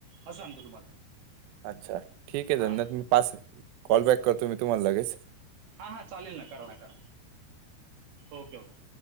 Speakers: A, on the right; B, on the right.
A: असं सांगतो तुम्हाला.
B: अच्छा, ठीक आहे. त्यांना
A: हां
B: मी पास कॉल बॅक करतो, मी तुम्हाला लगेच.
A: हा-हा चालेल ना, करा ना करा, ओके-ओके.